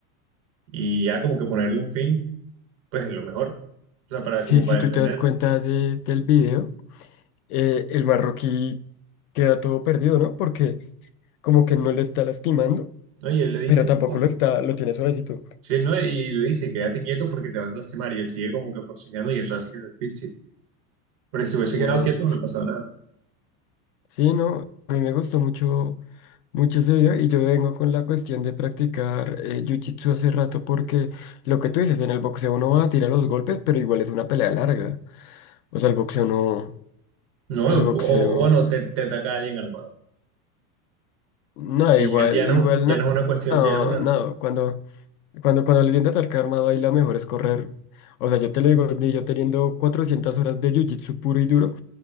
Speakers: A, on the right; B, on the left.
A: y ya como que ponerle un fin, pues es lo mejor, o sea, para,
B: sí,
A: como
B: si
A: para
B: tú
A: defenderte,
B: te das cuenta de- del video, eh, el marroquí queda todo perdido, ¿no? Porque como que no le está lastimando,
A: ¿no? Y él le dice,
B: pero tampoco lo está, lo tiene suavecito.
A: sí, ¿no? Y le dice, quédate quieto porque te vas a lastimar y él sigue como que forcejeando y eso hace que te asfixie. Pero si se hubiese
B: sí
A: quedado
B: no
A: quieto no le pasaba nada.
B: Sí, no, a mí me gustó mucho, mucho ese video y yo vengo con la cuestión de practicar eh, jiu-jitsu hace rato porque lo que tú dices, en el boxeo uno va a tirar los golpes, pero igual es una pelea larga. O sea, el boxeo no,
A: No, o,
B: el boxeo,
A: o bueno, te, te ataca alguien armado.
B: no,
A: Y
B: igual,
A: ya, ya no,
B: igual,
A: ya
B: no,
A: no es una cuestión,
B: no,
A: ya no es
B: no, cuando, cuando, cuando le tiende a atacar armado ahí la mejor es correr. O sea, yo te lo digo, ni yo teniendo 400 horas de jiu-jitsu puro y duro.